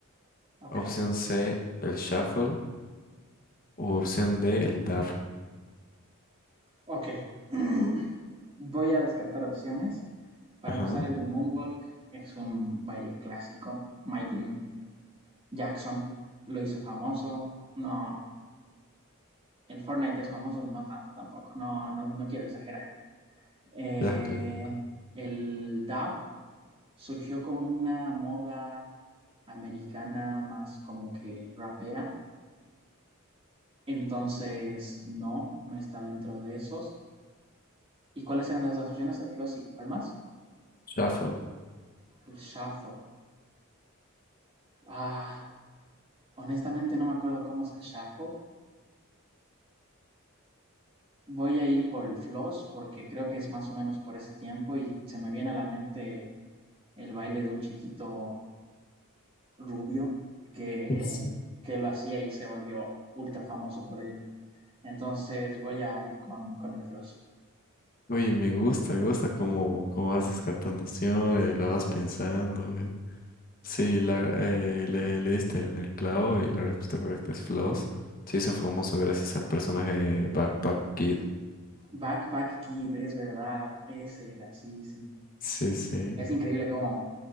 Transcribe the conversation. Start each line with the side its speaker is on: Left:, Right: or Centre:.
Right: ok,
Left: Opción C, el Shuffle. O opción D, el Dab.
Right: ok. <clears throat> Voy a descartar opciones. Para
Left: Ajá,
Right: empezar, el moonwalk es un baile clásico. Michael Jackson lo hizo famoso. No, el Fortnite es famoso, no tanto tampoco. No, no, no quiero exagerar. Eh,
Left: ya, claro.
Right: el dab surgió como una moda americana más como que rapera. Entonces, no, no está dentro de esos. ¿Y cuáles eran las dos opciones? El floss y cuál más?
Left: Shuffle.
Right: El shuffle. Ah, honestamente no me acuerdo cómo es el shuffle. Voy a ir por el floss porque creo que es más o menos por ese tiempo y se me viene a la mente el baile de un chiquito rubio que,
Left: <laughs> Sí.
Right: que lo hacía y se volvió ultra famoso por ello. Entonces voy a ir con, con el floss.
Left: Oye, me gusta, me gusta cómo, cómo vas descartando opciones, la vas pensando. eh. Sí, la- eh, le, le diste en el clavo y la respuesta correcta es Floss. Se hizo famoso gracias al personaje de Backpack Kid.
Right: Backpack Kid, es verdad, ese era, sí, sí.
Left: Sí, sí,
Right: Es increíble cómo